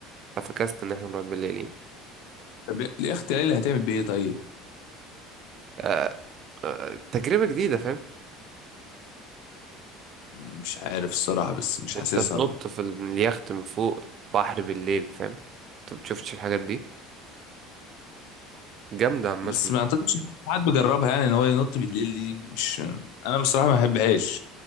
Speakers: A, on the right (about 35°); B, on the left (about 75°).
A: ففكسنا ان احنا نروح بالليل يعني.
B: طب يا اختي ليلى هتعمل بايه طيب
A: آه آه تجربة جديدة فاهم
B: مش عارف الصراحه بس مش
A: انت
B: حاسسها
A: تنط
B: برضه
A: في ال- من اليخت من فوق بحر بالليل فاهم انت بتشوفش الحاجات دي جامدة عامة
B: بس ما اعتقدش إن حد بيجربها يعني ان هو ينط بالليل دي مش انا بصراحه ما بحبهاش